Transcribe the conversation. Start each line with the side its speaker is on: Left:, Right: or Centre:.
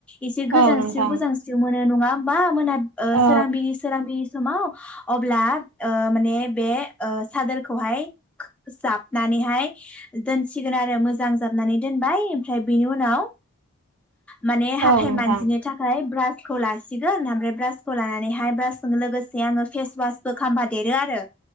Centre: एसे गोजांस्रियाव
Right: औ नोंथां
Centre: गोजांस्रियाव मोनो नङा बा मोना ओ
Right: औ
Centre: सोरांबिरि सोरांबिरि समाव अब्ला ओ माने बे ओ सादोर खौहाय जाबनानैहाय दोन सिगोन आरो मोजां जाबनानै दोनबाय ओमफ्राय बेनि उनाव माने हाथाय
Right: औ नोंथां
Centre: मानजिनो थाखाय ब्रास खौ लासिगोन आमफ्राय ब्रासखौ लानानैहाय ब्रासजों लोगोसे आङो फेसवास बो खामफा देरो आरो